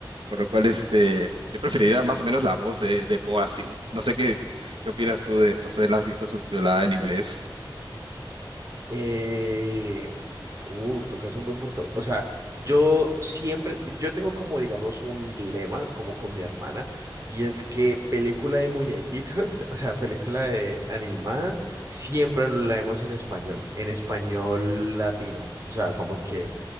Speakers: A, on the right; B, on the right.
A: por lo cual, este, yo preferiría más o menos la voz de, de Poe así. No sé qué, qué opinas tú de, o sea, la has visto subtitulada en inglés.
B: Eh, uh, tocas un buen punto. O sea, yo siempre, yo tengo como, digamos, un lema, como con mi hermana, y es que película de muñequitos, <laughs> o sea, película de animada, siempre nos la vemos en español, en español latino. O sea, como que